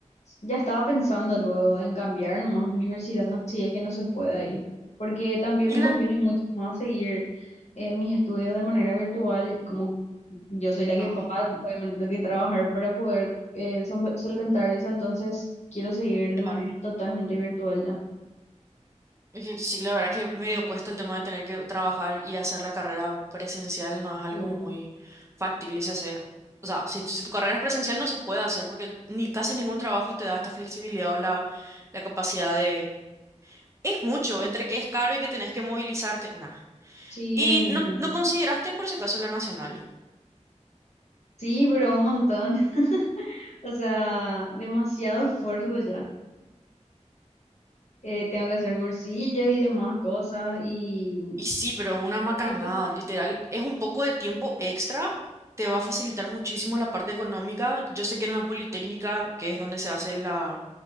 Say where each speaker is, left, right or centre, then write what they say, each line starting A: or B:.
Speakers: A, on the left; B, on the right.
A: ya estaba pensando luego en cambiar nomás de universidad, si es que no se puede ahí. Porque también
B: Y
A: me
B: la
A: conviene mucho más seguir eh, mis estudios de manera virtual, como yo soy la que
B: Ah,
A: paga, obviamente tengo que trabajar para poder eh, solve- solventar eso, entonces quiero seguir de
B: claro.
A: manera totalmente virtual ya.
B: Es que Sí, la verdad que medio cuesta el tema de tener que trabajar y hacer la carrera presencial no es
A: Sí,
B: algo muy factible si haces- O sea, si, si tu carrera es presencial no se puede hacer porque el- ni casi ningún trabajo te da esta flexibilidad o la, la capacidad de... Es mucho, entre que es caro y que tenés que movilizarte. nada
A: sí,
B: Y
A: es un montón.
B: no, no consideraste por si acaso la nacional.
A: Sí, pero un montón. O sea, demasiado esfuerzo ya. Eh, tengo que hacer cursillos y demás cosas. Y
B: Y sí, pero una macanada,
A: ¿Qué-
B: literal, es un poco de tiempo extra te va a facilitar muchísimo la parte económica. Yo sé que en la Politécnica, que es donde se hace la,